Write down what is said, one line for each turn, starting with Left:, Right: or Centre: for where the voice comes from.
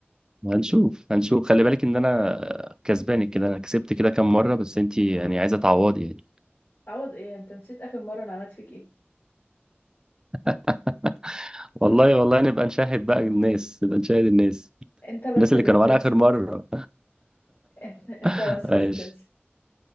Right: هنشوف هنشوف خلي بالك إن أنا كسبانك كده أنا كسبت كده كام مرة بس أنت يعني عايزة تعوضي يعني
Left: عوض ايه انت نسيت اخر مرة انا عملت فيك ايه
Right: <laughs> والله والله نبقى نشاهد بقى الناس نبقى نشاهد الناس
Left: انت بس
Right: الناس اللي
Left: اللي
Right: كانوا
Left: بتنسى
Right: معانا آخر مرة
Left: <laughs> انت
Right: <laughs>
Left: بس
Right: ماشي
Left: اللي بتنسى